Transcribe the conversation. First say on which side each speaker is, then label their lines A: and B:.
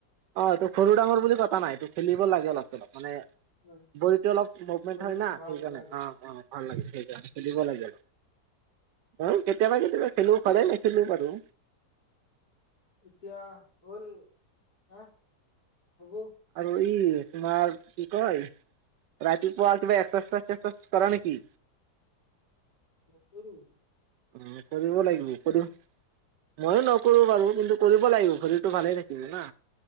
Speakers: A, on the right; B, on the left.
A: অ এটো সৰু ডাঙৰ বুলি কথা নাই। এটো খেলিব লাগে ওলপ চলপ মানে,
B: উম,
A: বডিটো অলপ মুভমেন্ট
B: শৰীৰটো
A: হয় না,
B: ভাল
A: সেইকাৰনে
B: লাগে
A: অ অ। ভাল লাগে, সেইকাৰণে খেলিব লাগে। হয় কেতিয়াবা কেতিয়াবা খেলিব পাৰে নেখেলো বাৰু।
B: এতিয়া হ'ল, হা হ'ব।
A: আৰু এই তোমাৰ কি কয় ৰাতিপুৱা কিবা এক্সাৰচাইজ <inaudible> কৰা নেকি?
B: নকৰোঁ।
A: উম কৰিব লাগিব, কৰো। মইও নকৰোঁ বাৰু, কিন্তু কৰিব লাগিব শৰীৰটো ভালে থাকিব না।